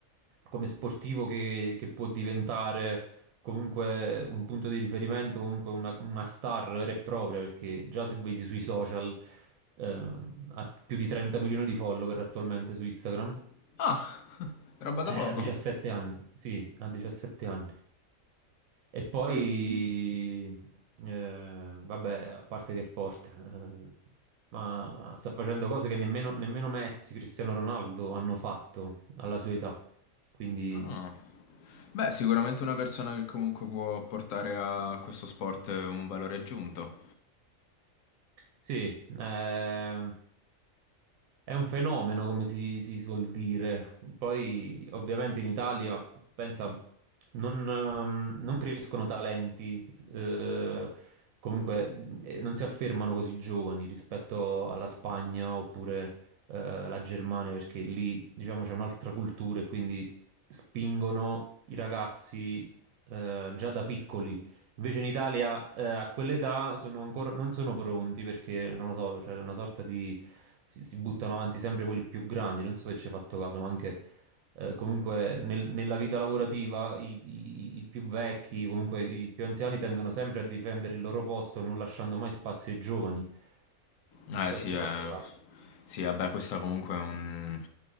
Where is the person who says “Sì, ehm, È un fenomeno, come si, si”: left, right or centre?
Right